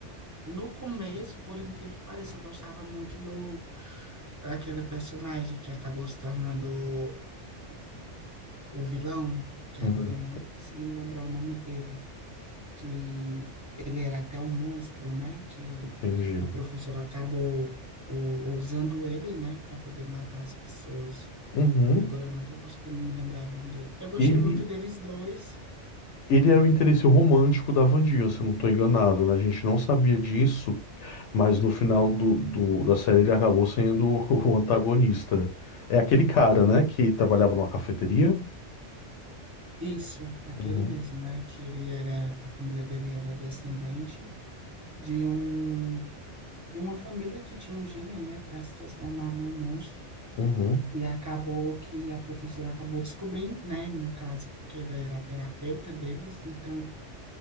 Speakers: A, on the right; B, on the left.
A: No começo, por incrível que pareça, eu gostava muito do daquele personagem que acabou se tornando o vilão, que
B: Uhum.
A: agora eu não tô conseguindo lembrar o nome dele, que ele era até um monstro, né? Que
B: Entendi.
A: a professora acabou o- usando ele, né, para poder matar as pessoas.
B: Uhum.
A: Que agora eu não tô conseguindo me lembrar o nome dele. Eu gostei
B: Ele,
A: muito deles dois.
B: ele era o interesse romântico da Wandinha, se eu não estou enganado, né? A gente não sabia disso, mas no final do, do- da série ele acabou sendo <laughs> o antagonista. É aquele cara, né, que trabalhava numa cafeteria?
A: Isso, aquele
B: Uhum.
A: mesmo, né? Que ele era, a família dele era descendente de um de uma família que tinha um gene, né, para se transformar num monstro.
B: Uhum.
A: E acabou que a professora acabou descobrindo, né, no caso, porque ela era a terapeuta deles, então